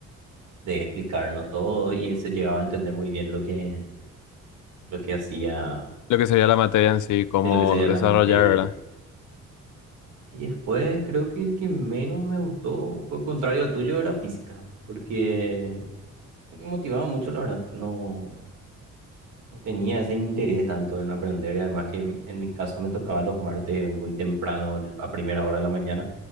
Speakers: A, on the right (about 80°); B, on the left (about 75°).
A: de explicarnos todo y se llegaba a entender muy bien lo que, lo que hacía,
B: Lo que sería la materia en sí, cómo
A: sí, lo que sería
B: desarrollar,
A: la materia.
B: ¿verdad?
A: Y después creo que el que menos me gustó fue contrario al tuyo, era física, porque no me motivaba mucho, la verdad, no, no tenía ese interés tanto en aprender y además que en mi caso me tocaba los martes muy temprano, el- a primera hora de la mañana.